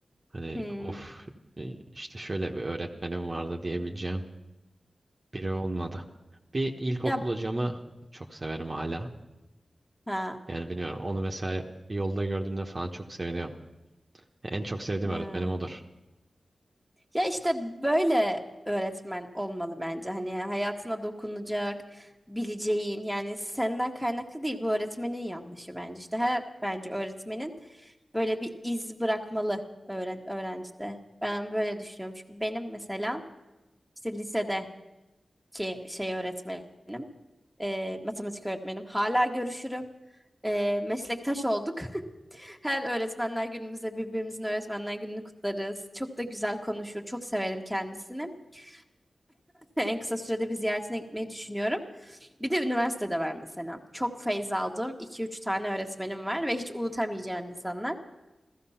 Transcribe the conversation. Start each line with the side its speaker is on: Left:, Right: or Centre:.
Right: Hani
Centre: Hmm.
Right: of e, işte şöyle bir öğretmenim vardı diyebileceğim biri olmadı. Bir ilkokul
Centre: Ya
Right: hocamı çok severim hala.
Centre: ha.
Right: Yani bilmiyorum onu mesela yolda gördüğümde falan çok seviniyorum. En çok sevdiğim
Centre: Hmm.
Right: öğretmenim odur.
Centre: Ya işte böyle öğretmen olmalı bence. Hani hayatına dokunacak, bileceğin yani senden kaynaklı değil bu öğretmenin yanlışı bence. İşte her bence öğretmenin böyle bir iz bırakmalı öğren öğrencide. Ben böyle düşünüyorum. Çünkü benim mesela işte lisede ki şey öğretmenim, e, matematik öğretmenim. Hala görüşürüm. E, meslektaş olduk. <laughs> Her öğretmenler günümüzde birbirimizin öğretmenler gününü kutlarız. Çok da güzel konuşur. Çok severim kendisini. <laughs> En kısa sürede bir ziyaretine gitmeyi düşünüyorum. Bir de üniversitede var mesela. Çok feyz aldığım iki üç tane öğretmenim var ve hiç unutamayacağım insanlar.